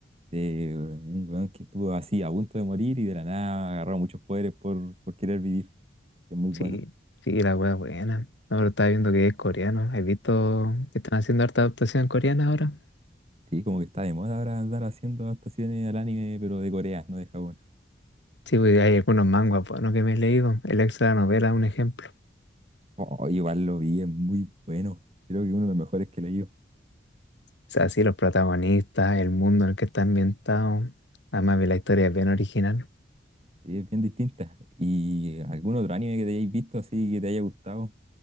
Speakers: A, on the right; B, on the left.
A: de un weón que estuvo así a punto de morir y de la nada agarró muchos poderes por, por querer vivir, que es muy
B: Sí,
A: bueno.
B: sí, la wea buena. No, pero estaba viendo que es coreano. ¿Has visto que están haciendo harta adaptación coreana ahora?
A: Sí, como que está de moda ahora andar haciendo adaptaciones al anime, pero de Corea, no de Japón.
B: Sí, pues hay algunos manguas buenos que me he leído. El extra de la novela es un ejemplo.
A: Oh, igual lo vi, es muy bueno. Creo que uno de los mejores que he leído.
B: O sea, sí, los protagonistas, el mundo en el que está ambientado. Además, vi la historia es bien original.
A: Sí, es bien distinta. ¿Y algún otro anime que te hayáis visto así que te haya gustado?